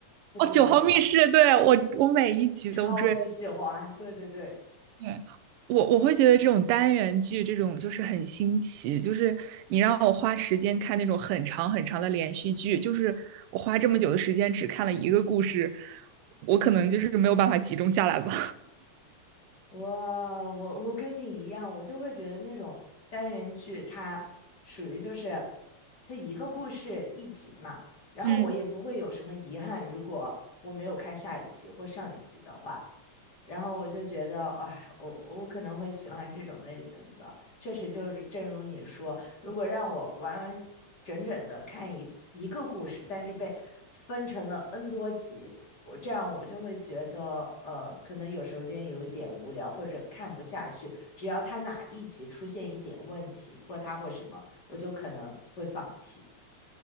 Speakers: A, on the left (about 35°); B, on the right (about 85°).
A: 不知道你
B: 《九号密室》对我，我每一集都追。
A: 超级喜欢。对对对。
B: 对，我我会觉得这种单元剧，这种就是很新奇，就是你让我花时间看那种很长很长的连续剧，就是我花这么久的时间只看了一个故事，我可能就是没有办法集中下来吧。
A: 我我我跟你一样，我就会觉得那种单元剧它属于就是它一个故事一集嘛，然后我也不会有什么遗憾，
B: <laughs> 嗯。
A: 如果我没有看下一集或上一集的话，然后我就觉得，哎，我我可能会喜欢这种类型的。确实，就是正如你说，如果让我完完整整的看一一个故事，但是被分成了 N 多集，我这样我就会觉得，呃，可能有时间有一点无聊，或者看不下去。只要他哪一集出现一点问题，拖沓或什么，我就可能会放弃。